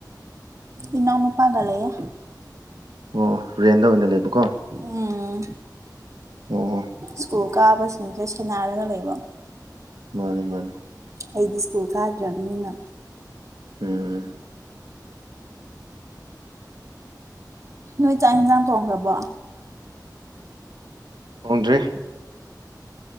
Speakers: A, on the right (about 45°); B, on the right (about 85°).
A: ꯏꯅꯥꯎ ꯅꯨꯨꯄꯥꯒ ꯂꯩꯌꯦ
B: ꯑꯣ ꯔꯦꯟꯗ ꯑꯣꯏꯅ ꯂꯩꯕꯀꯣ ꯑꯣ
A: ꯎꯝ
B: ꯑꯣ
A: ꯁ꯭ꯀꯨꯜ ꯀꯥꯕꯁꯤꯡꯁꯦ ꯁꯦꯟꯅꯔꯒ ꯂꯩꯕ
B: ꯃꯥꯅꯦ ꯃꯥꯅꯦ
A: ꯑꯩꯗꯤ ꯁ꯭ꯀꯨꯜ ꯀꯥꯗ꯭ꯔꯕꯅꯤꯅ
B: ꯎꯝ
A: ꯅꯣꯏ ꯆꯥꯛ ꯍꯦꯟꯖꯥꯡ ꯊꯣꯡꯈ꯭ꯔꯕ
B: ꯊꯣꯡꯗ꯭ꯔꯤ